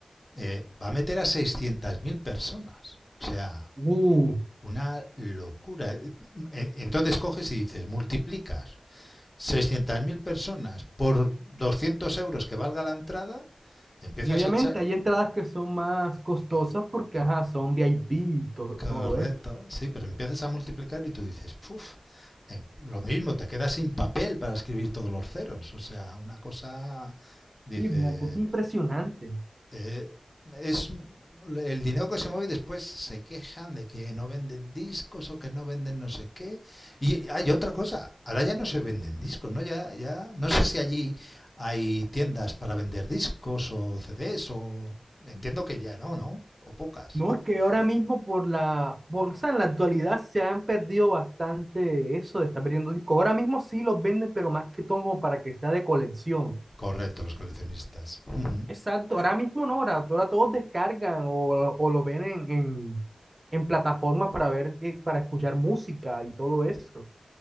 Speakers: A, on the left; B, on the right.
A: eh, va a meter a 600.000 personas. O sea,
B: Uh,
A: una locura. Eh, e- Entonces coges y dices, multiplicas 600.000 personas por 200 euros que valga la entrada, empiezas
B: y obviamente
A: a echar...
B: hay entradas que son más costosas porque, ajá, son VIP y to-
A: Correcto,
B: todo eso.
A: sí, pero empiezas a multiplicar y tú dices, puf, eh, lo mismo, te quedas sin papel para escribir todos los ceros. O sea, una cosa, dice,
B: Sí, es una cosa impresionante.
A: Eh, es el dinero que se mueve y después se quejan de que no venden discos o que no venden no sé qué. Y hay otra cosa, ahora ya no se venden discos, ¿no? Ya, ya, no sé si allí hay tiendas para vender discos o CDs o... Entiendo que ya no, ¿no? O pocas.
B: No, es que ahora mismo por la, por- o sea, en la actualidad se han perdido bastante eso de estar perdiendo discos. Ahora mismo sí los venden, pero más que todo para que sea de colección.
A: Correcto, los coleccionistas. Ujú.
B: Exacto, ahora mismo no, ahora, ahora todos descargan o, o lo ven en, en, en plataformas para ver, eh, para escuchar música y todo eso.